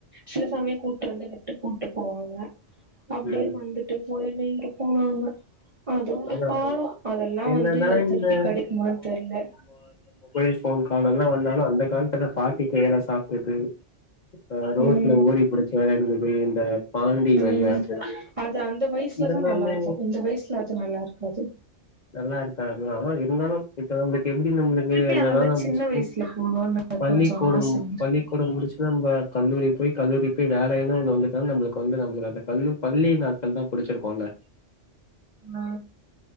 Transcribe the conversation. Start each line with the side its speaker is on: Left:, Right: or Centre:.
Right: சில
Left: ம்
Right: சமயம் கூட்டு வந்து விட்டு கூட்டு போவாங்க அப்படியே
Left: ம்
Right: வந்துட்டு போயன்னு இருக்குமாங்க அது ஒரு
Left: ஆனா
Right: காலம் அதெல்லாம்
Left: என்னதா
Right: வந்து
Left: இந்த
Right: திருப்பி கெடைக்குமான்னு
Left: மொ
Right: தெர்ல
Left: மொ இந்த மொபைல் ஃபோன் காலெல்லா வந்தாலு <inaudible> பாட்டி கையால சாப்டது ஆ ரோட்ல
Right: ம்
Left: ஓடி புடுச்சு வெலாண்டது து இந்த பாண்டி
Right: ம்
Left: வெளையாடுறது
Right: அது அந்த வயசுலதான்
Left: இதெல்லாமே
Right: நல்லா இருக்கும் இந்த வயசுல அது நல்லா இருக்காது
Left: நல்லா இருக்காது தான் இரு தாலும் இப்ப <unintelligible> எப்படி நம்மளுக்கு
Right: திருப்பி
Left: என்னதான்
Right: அந்த மாரி
Left: நம்ம
Right: சின்ன
Left: ஸ்கூல்
Right: வயசுல போணுனு
Left: பள்ளிக்கூடம்
Right: கொஞ்சோ ஆசைங்க இருக்கு.
Left: பள்ளிக்கூடம் முடிச்சு நம்ம கல்லூரி போய் கல்லூரிக்கு வேலைன்னு ஒண்ணு வந்துதா நம்மளுக்கு வந்து நம்ம அந்த கல்லூ பள்ளி நாட்கள் தான் புடிச்சிருக்கோல்ல
Right: ஆ